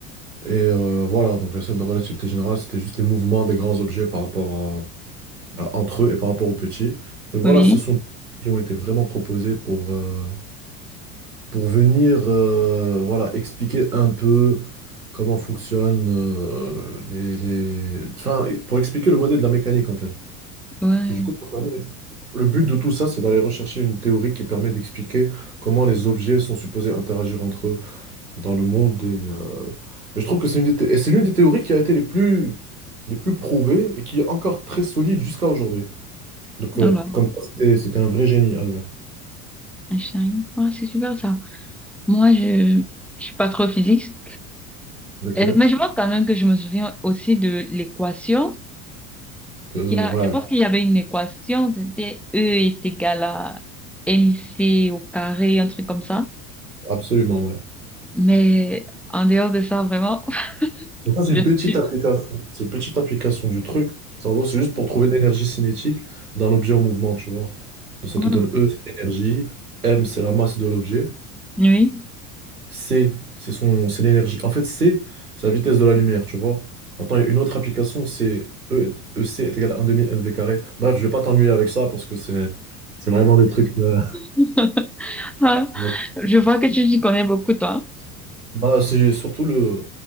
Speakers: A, on the right; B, in the centre.
A: Et euh, voilà, donc la celle de la relativité générale, c'était juste les mouvements des grands objets par rapport à, à- entre eux et par rapport aux petits. Donc
B: oui,
A: voilà, ce sont qui ont été vraiment proposés pour, euh, pour venir euh, voilà, expliquer un peu comment fonctionnent euh, les, les... Enfin, pour expliquer le modèle de la mécanique, en fait.
B: ouais.
A: Et du coup, Ça permet d'ex- Le but de tout ça, c'est d'aller rechercher une théorie qui permet d'expliquer comment les objets sont supposés interagir entre eux dans le monde. Et, euh, et je trouve que c'est une des, thé- et c'est l'une des théories qui a été les plus, les plus prouvées et qui est encore très solide jusqu'à aujourd'hui. Donc, euh,
B: Alors,
A: comme quoi, c'était c'était un vrai génie, Albert.
B: Einstein, ouais, c'est super ça. Moi, je, je suis pas trop physique,
A: Ok?
B: Euh, mais je pense quand même que je me souviens aussi de l'équation.
A: Euh,
B: Qui a,
A: ouais,
B: je pense qu'il y avait une équation, c'était E est égal à MC au carré, un truc comme ça.
A: absolument, ouais.
B: Mais en dehors de ça, vraiment, <laughs>
A: Donc ça, c'est
B: je
A: une petite
B: suis...
A: application. C'est une petite application du truc. En gros, c'est juste pour trouver l'énergie cinétique d'un objet en mouvement, tu vois. Donc, ça
B: Ah,
A: te donne E, c'est l'énergie, M, c'est la masse de l'objet.
B: oui.
A: C, c'est son, c'est l'énergie. En fait, C, c'est la vitesse de la lumière, tu vois. Maintenant, il y a une autre application, c'est E, E c est égal à 1 demi m v carré. Bref, je vais pas t'ennuyer avec ça parce que c'est c'est vraiment des trucs. euh,
B: <laughs> Ah,
A: <laughs>
B: je vois que tu t'y connais beaucoup, toi.
A: Bah, c'est surtout le